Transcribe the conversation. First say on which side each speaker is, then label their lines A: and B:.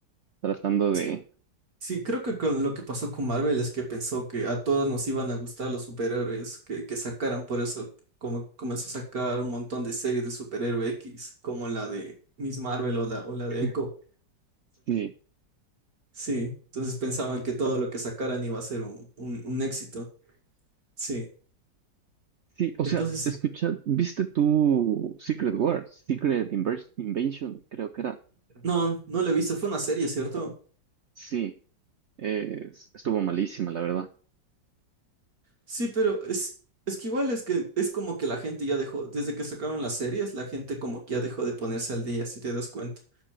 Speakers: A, on the right (about 70°); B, on the right (about 50°).
A: tratando
B: Es
A: de...
B: que sí, creo que con lo que pasó con Marvel es que pensó que a todos nos iban a gustar los superhéroes que, que sacaran, por eso como comenzó a sacar un montón de series de superhéroe X, como la de Miss Marvel o la, o la de
A: <laughs>
B: Echo.
A: Sí,
B: Sí, entonces pensaban que todo lo que sacaran iba a ser un, un, un éxito. Sí,
A: Sí, o sea,
B: entonces sí.
A: escucha, ¿viste tu Secret Wars, Secret Inver- Invasion, creo que era.
B: No, no la he visto, fue una serie, ¿cierto?
A: Sí, eh, es- estuvo malísima, la verdad.
B: Sí, pero es, es que igual es que es como que la gente ya dejó, desde que sacaron las series, la gente como que ya dejó de ponerse al día, si te das cuenta.